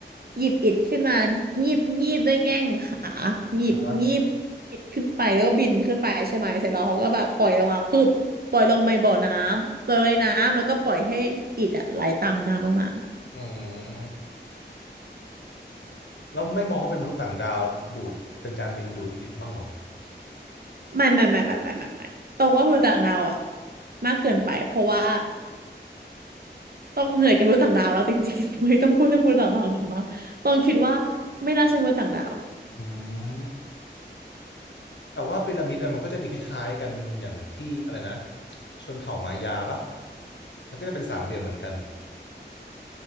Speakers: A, on the right (about 55°); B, on the left (about 75°).
A: หยิบอิฐขึ้นมางีบงีบด้วยแง่งขาหยิบงีบอิฐขึ้นไปแล้วก็บินขึ้นไปใช่ไหมเสร็จแล้วเขาก็แบบปล่อยลงมาพึบปล่อยลงในบ่อน้ำปล่อยลอยน้ำแล้วก็ปล่อยให้อิฐอ่ะไหลตามน้ำลงมา
B: อ่ะฮะอืมแล้วไม่มองว่าเป็นมนุษย์ต่างดาวดูดเป็นจานบินดูดอิฐมั่งเหรอ
A: ไม่ไม่ไม่ไม่ไม่ไม่ไม่ตรงว่ามนุษย์ต่างดาวอ่ะมากเกินไปเพราะว่าต้องเหนื่อยกับมนุษย์ต่างดาวแล้วจริงๆ <laughs> ไม่ต้องพูดให้มนุษย์ต่างดาวบ่อยมากต้องคิดว่าไม่น่าใช่มนุษย์ต่างดาว
B: อืมแต่ว่าพีระมิดอะมันก็จะมีคล้ายๆกันอย่างที่อะไรนะชนเผ่ามายาปะมันก็จะเป็นสามเหลี่ยมเหมือนกัน